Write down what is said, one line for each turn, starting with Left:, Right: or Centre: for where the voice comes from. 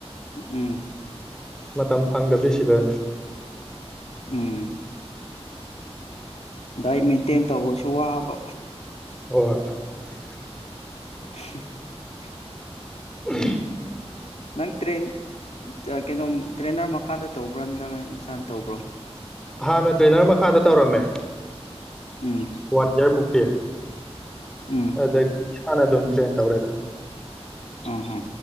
Left: ꯎꯝ꯫
Centre: ꯃꯇꯝ ꯐꯪꯗꯕ ꯁꯤꯗ
Left: ꯎꯝ ꯗꯥꯏꯠ ꯃꯦꯟꯇꯦꯟ ꯇꯧꯕꯁꯨ ꯋꯥꯕ
Centre: ꯍꯣꯏ ꯫
Left: <unintelligible>
Centre: <unintelligible>
Left: ꯅꯪ ꯇ꯭ꯔꯦꯟ ꯀꯩꯅꯣꯝ ꯇ꯭ꯔꯦꯟꯅꯔ ꯃꯈꯥꯗ ꯇꯧꯕ꯭ꯔꯥ ꯅꯠꯇ꯭ꯔꯒ ꯅꯁꯥꯅ ꯇꯧꯕ꯭ꯔꯣ?
Centre: ꯍꯥꯟꯅ ꯇ꯭ꯔꯦꯅꯔ ꯃꯈꯥꯗ ꯇꯧꯔꯝꯃꯦ
Left: ꯎꯝ
Centre: ꯋꯥꯟ ꯏꯌꯥꯔ ꯃꯨꯛꯇꯤ
Left: ꯎꯝ
Centre: ꯑꯗ ꯍꯥꯟꯅ ꯑꯗꯨꯝ ꯇ꯭ꯔꯦꯟ ꯇꯧꯔꯦꯗ ꯫
Left: ꯑ ꯍꯥꯥ